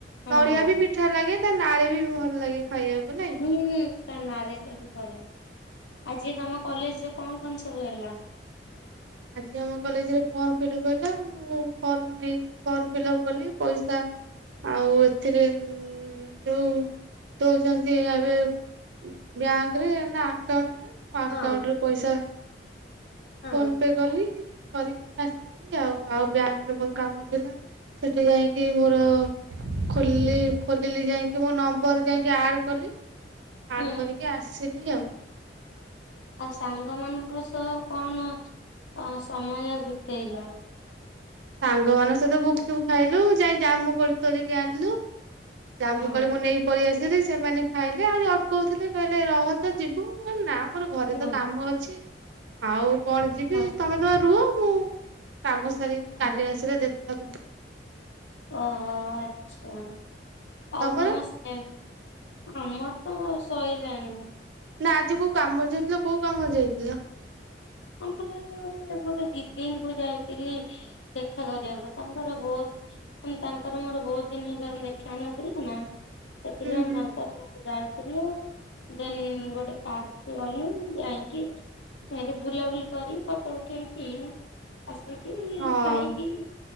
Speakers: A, on the left (about 80°); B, on the right (about 85°).
A: ହଁ
B: ନଡ଼ିଆ ବି ମିଠା ଲାଗେ। ତା ନାଳୀ ବି ଭଲ ଲାଗେ ଖାଇବାକୁ ନାଇଁ?
A: ହୁଁ ହୁଁ ତା ନାଳିଟାବି ଭଲ ଆଜି ତମ କଲେଜ ରେ କଣ କଣ ସବୁ ହେଲା?
B: ଆଜି ଆମ କଲେଜରେ ଫର୍ମ ଫିଲପ୍ ହେଲା ମୁଁ ଫର୍ମ ନେଇକି ଫର୍ମ ଫିଲପ୍ କଲି ପଇସା ଆଉ ଏଥିରେ ଯୋଉ ଦଉଛନ୍ତି ଏବେ ବ୍ୟାଙ୍କ ରେ ନା ଆକାଉଣ୍ଟ ଣ୍ଟରେ ମୋ ଆକାଉଣ୍ଟରେ
A: ହଁ
B: ପଇସା?
A: ହଁ
B: ଫୋନ ପେ କଲି କରିକି ଆସିଲି ଆଉ ଆଉ ବ୍ୟାଙ୍କରେ ମୋର କାମ ଥିଲା। ସେଠି ଯାଇକି ମୋର ଖଲି ଖୋଲିଲି ଯାଇକି ମୋ ନମ୍ବର ଯାଇକି ଆଡ କଲି ଆଡ୍
A: ହୁଁ
B: କରିକି ଆସିଲି ଆଉ
A: ଆଉ ସାଙ୍ଗ ମାନଙ୍କ ସହ କଣ ଅ ସମୟ ବି <unintelligible>
B: ସାଙ୍ଗମାନଙ୍କ ସହିତ ଗୁପଚୁପ୍ ଖାଇଲୁ ଯାଇ କି ଜାଇଁ ଜାମୁକୋଳି ତୋଳିକି ଆଣିଲୁ ଜାମୁ
A: ହଁ
B: କୋଳି ମୁଁ ନେଇକି ପଳେଇ ଆସି ଦିଦି ସେମାନେ ଖାଇଲେ ଆହୁରି ଅଟକଉଥିଲେ କହିଲେ ରହ ତ ଯିବୁ ମୁଁ କଇଲି ନାଁ ମୋର ଘରେ
A: ହୁଁ
B: ତ କାମ ଅଛି। ଆଉ କଣ ଯିବି
A: ହଁ
B: ତମେ ତମ ରୁହ ମୁଁ କାମ ସାରିକି
A: ହଁ
B: କାଲି ଆସିଲେ ଦେଖ ଆଗୁ
A: ଓହୋ ଆଚ୍ଛା
B: ତମର?
A: ଆଉ ତମେ ସେ ଆମର ତ ସଈଲାଣି।
B: ନା ଆଜି କୋଉ କାମରେ ଯାଇଥିଲ କୋଉ କାମରେ ଯାଇଥିଲ?
A: ଆମର ହେଠେ ଗୋଟେ ଗୋଟେ ଦିଦିଙ୍କୁ ଯାଇ କିରି ଦେଖା କରିବାକୁ ତାଙ୍କର ବହୁତ ତାଙ୍କର ମୋର ବହୁତ ଦିନ ହେଲାଣି ଦେଖା ହେନଥିଲା ନା ସେଥିପାଇଁ
B: ହୁଁ ହୁଁ।
A: ତା ଯାଇଥିଲୁ ଦେନ୍ ଗୋଟେ ପାର୍କକୁ ଗଲୁ ଯାଇକି ସେଠି ବୁଲାବୁଲି କରିକି ଫଟୋ ଉଠେଇକି ଆସିକି
B: ହଁ।
A: ଖାଇକି